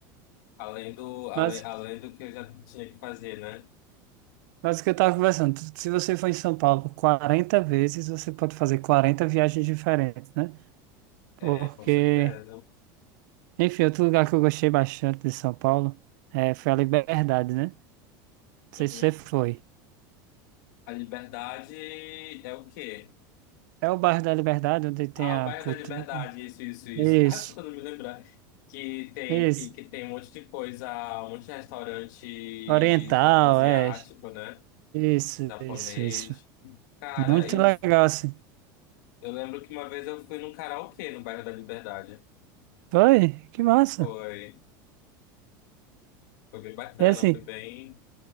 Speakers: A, on the left; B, on the right.
A: além do, além,
B: Mas,
A: além do que eu já tinha que fazer, né?
B: mas o que eu tava conversando, se você for em São Paulo 40 vezes, você pode fazer 40 viagens diferentes, né?
A: É,
B: Porque
A: com certeza.
B: Enfim, outro lugar que eu gostei bastante de São Paulo é, foi a Liberdade, né? Não
A: Uhum.
B: sei se você foi.
A: A liberdade é o quê?
B: É o bairro da Liberdade, onde tem
A: Ah,
B: a
A: o bairro
B: cultura.
A: da Liberdade, isso, isso, isso.
B: Isso,
A: <laughs> Tá tentando me lembrar que tem,
B: isso.
A: que, que tem um monte de coisa, um monte de restaurante
B: Oriental,
A: a- asiático,
B: é.
A: né?
B: Isso,
A: Japonês.
B: isso, isso.
A: Cara,
B: Muito
A: eu,
B: legal, assim.
A: eu lembro que uma vez eu fui num karaokê no bairro da Liberdade.
B: Foi, que massa.
A: Foi, foi bem bacana,
B: E assim,
A: foi bem,